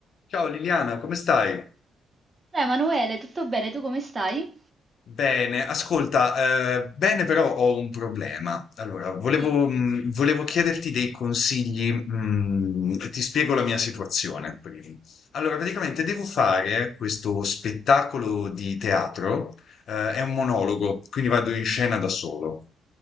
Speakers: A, on the left; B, on the right.
A: Ciao Liliana, come stai?
B: Ciao Emanuele, tutto bene? Tu come stai?
A: Bene, ascolta, eh, bene però ho un problema. Allora, volevo,
B: Sì,
A: mh, volevo chiederti dei consigli, mh, ti spiego la mia situazione prima. Allora, praticamente devo fare questo spettacolo di teatro, eh, è un monologo, quindi vado in scena da solo.